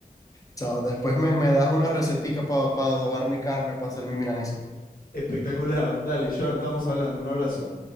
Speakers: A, on the left; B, on the left.
A: Chao, después me, me das una recetica para adobar mi carne o para hacer mi milanesa.
B: Espectacular. Dale, Joan, estamos hablando. Un abrazo.